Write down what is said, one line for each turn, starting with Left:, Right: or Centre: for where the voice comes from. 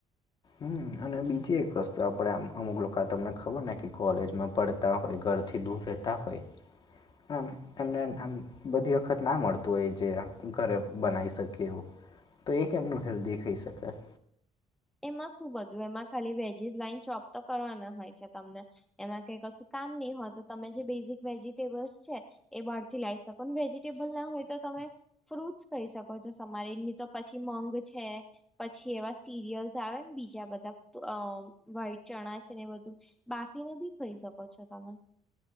Left: હમ્મ અને બીજી એક વસ્તુ આપડે અમુક લોકો તમને ખબર ને કે કોલેજમાં પડતા હોય ઘરથી દૂર રહેતા હોય હમ્મ એમને આમ બધી વખત ના મળતું હોય જે ઘરે બનાવી શકીએ એવું તો એ કેમનું હેલ્ધી ખઇ શકાય
Centre: એમાં શું બધું એમાં ખાલી વેજીસ લાઈન ચોપ તો કરવાના હોય છે તમને એમાં કઈ કશું કામ નહી હોય તો તમે જે બેઝિક વેજીિટેબલ્સ છે. એ બહાર થી લઈ શકો વેજીિટેબલ ના હોય તો તમે ફ્રૂટસ ખઈ શકો છો તમારે એની તો પછી મંગ છે પછી એવા સિરિયલ્સ આવે ને બીજા બધા અ વાહિટ ચણા છે ને બધું બાફીને બી ખઈ શકો છો તમે